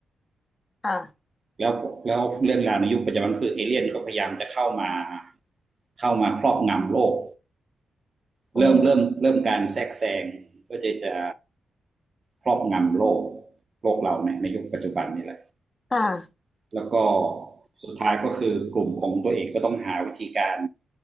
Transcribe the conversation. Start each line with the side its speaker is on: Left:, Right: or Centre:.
Left: ค่ะ
Right: แล้วแล้วเรื่องราวในยุคปัจจุบันคือเอเลี่ยนก็พยายามจะเข้ามาเข้ามาครอบงำโลกเริ่มเริ่มเริ่มการแทรกแซงก็จะจะ
Left: โอ้
Right: ครอบงำโลกโลกเราในในยุคปัจจุบันนี่แหละ
Left: ค่ะ
Right: แล้วก็สุดท้ายก็คือกลุ่มของตัวเองก็ต้องหาวิธีการ